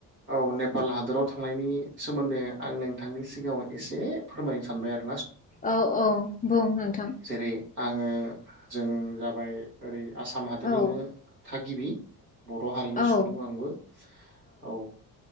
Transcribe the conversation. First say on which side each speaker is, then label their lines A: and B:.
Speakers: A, on the right; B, on the left.
A: औ नेपाल हादराव थांनायनि सोमोन्दै आं नोंथांनि सिगाङाव एसे फोरमायनो सानबाय आं
B: औ औ बुं नोंथां ।
A: जेरै आङो जों जाबाय ओरै आसाम हादरनिनो
B: औ
A: था गिबि बर' हारिनि
B: औ
A: सुबुं आंबो औ